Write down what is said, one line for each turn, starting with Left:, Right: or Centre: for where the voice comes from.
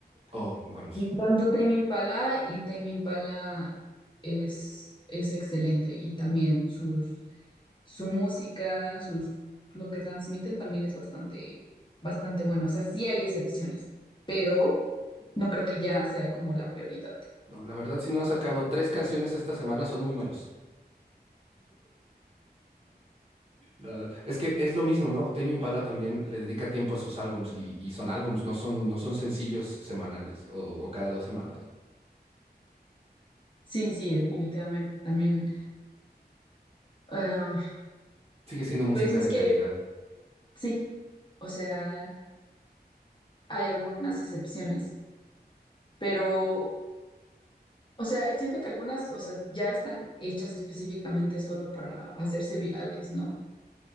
Right: Oh, bueno, sí.
Left: Me encanta Tame Impala y Tame Impala es, es excelente y también sus su música, sus, lo que transmiten también es bastante, bastante bueno. O sea, sí hay excepciones, pero no creo que ya sea como la prioridad.
Right: No, la verdad, si no han sacado tres canciones esta semana, son muy malos. Ah, es que es lo mismo, ¿no? Tame Impala también le dedica tiempo a sus álbums y, y son álbums, no son, no son sencillos semanales o, o cada dos semanas.
Left: Sí, sí, definitivamente. También, ah,
Right: Sigue siendo música
Left: pues es
Right: de
Left: que
Right: calidad.
Left: sí, o sea, hay algunas excepciones, pero, o sea, y siento que algunas, o sea, ya están hechas específicamente solo para hacerse virales, ¿no?